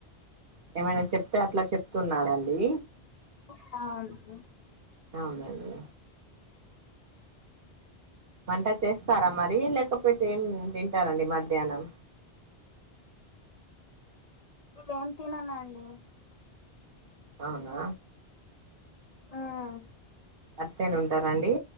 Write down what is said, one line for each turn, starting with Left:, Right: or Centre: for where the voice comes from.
Right: ఏమైన చెప్తే అట్లా చెప్తున్నాడు అండి
Left: అ
Right: అవున <unintelligible> వంట చేస్తార మరి లేకపోతే ఏం తింటారండి మధ్యానం
Left: ఏం తిననండీ
Right: అవునా
Left: ఉమ్
Right: <unintelligible> ఉంటార అండి